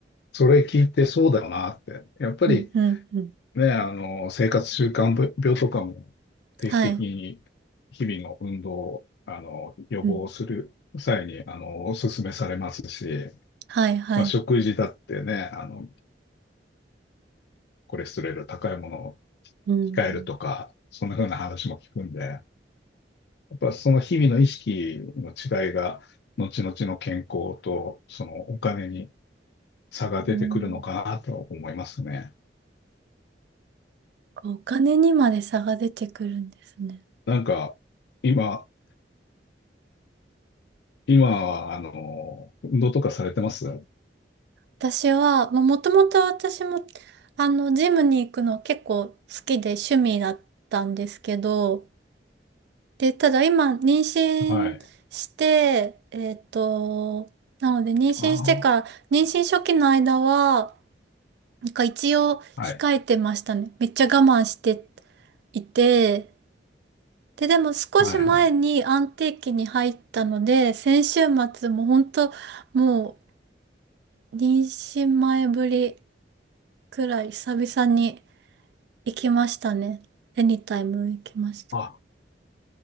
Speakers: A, on the left (about 65°); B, on the right (about 65°).
A: それ聞いてそうだよなって。やっぱり
B: うん、うん、うん。
A: ね、あの、生活習慣病とかも定期的に日々の運動を、
B: はい。
A: あの、予防する際に、
B: うん。
A: あの、お勧めされますし、
B: はい、はい。
A: まあ、食事だってね、あの、コレステロール高いものを
B: うん。
A: 控えるとか、そんな風な話も聞くんで、やっぱその日々の意識の違いが、後々の健康とそのお金に差が出てくるのかなと思いますね。
B: うんお金にまで差が出てくるんですね。
A: なんか、今、今は、あの、運動とかされてます
B: 私は、まあもともと私も、あの、ジムに行くの結構好きで趣味だったんですけど、で、ただ今、妊娠して、
A: はい。
B: えっと、なので妊娠してから、
A: あ
B: 妊娠初期の間は、なんか一応控えてましたね。
A: あ、はい。
B: めっちゃ我慢していて、で、でも少し前に安定期に入ったので、
A: はいはい。
B: 先週末も本当もう妊娠前ぶりくらい久々に行きましたね。エニタイム行きました。
A: あ、